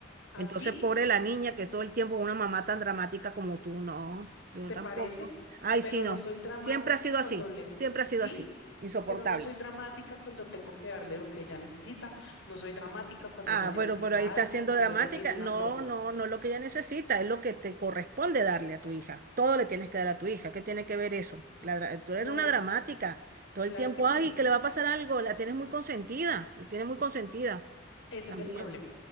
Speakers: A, on the left; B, on the right.
A: ¿Así?
B: Entonces, pobre la niña que todo el tiempo una mamá tan dramática como tú, no, yo
A: ¿Te
B: tampoco.
A: parece?
B: Ay,
A: Pero
B: sí, no,
A: no soy dramática
B: siempre ha sido
A: cuando
B: así,
A: le...
B: siempre ha sido
A: Sí,
B: así, insoportable.
A: pero no soy dramática cuando tengo que darle lo que ella necesita. No soy dramática cuando
B: Ah,
A: ella necesita
B: bueno, pero ahí está
A: algo,
B: siendo
A: cuando
B: dramática.
A: ella tiene un
B: No,
A: antojo.
B: no, no es lo que ella necesita, es lo que te corresponde darle a tu hija. Todo le tienes que dar a tu hija. ¿Qué tiene que ver eso? La dra- tú eres
A: No,
B: una dramática. Todo
A: claro
B: el tiempo,
A: que sí.
B: ay, que le va a pasar algo. La tienes muy consentida, la tienes muy consentida
A: Ese
B: también.
A: es el problema.